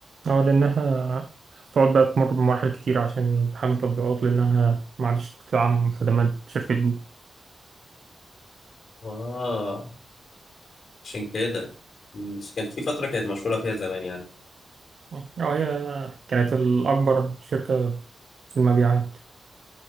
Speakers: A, on the right (about 55°); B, on the left (about 60°).
A: أه لأنها تقعد بقى تمر بمراحل كتير عشان تحمل تطبيقات لأنها ما عادش تدعم خدمات شركة جوجل
B: اه عشان كده مم. بس كانت في فتره كانت مشهوره فيها زمان يعني
A: أه هي كانت الأكبر شركة في المبيعات